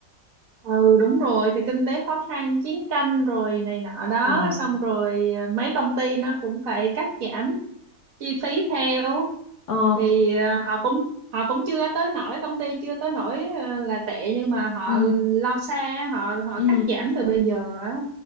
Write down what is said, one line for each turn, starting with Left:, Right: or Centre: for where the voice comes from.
Right: ừ đúng rồi thì kinh tế khó khăn chiến tranh rồi này nọ đó
Left: Ồ,
Right: xong rồi ờ, mấy công ty nó cũng phải cắt giảm chi phí theo
Left: ồ,
Right: thì ờ, họ cũng họ cũng chưa tới nỗi công ty chưa tới nỗi ờ, là tệ nhưng mà họ
Left: ừ,
Right: lo xa họ họ
Left: ừ.
Right: cắt giảm từ bây giờ á